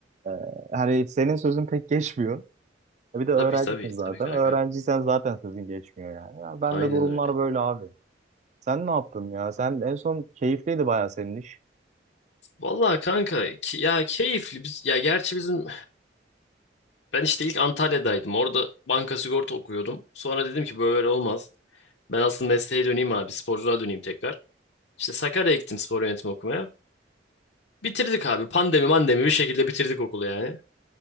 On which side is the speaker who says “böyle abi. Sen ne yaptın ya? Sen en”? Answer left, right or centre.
Right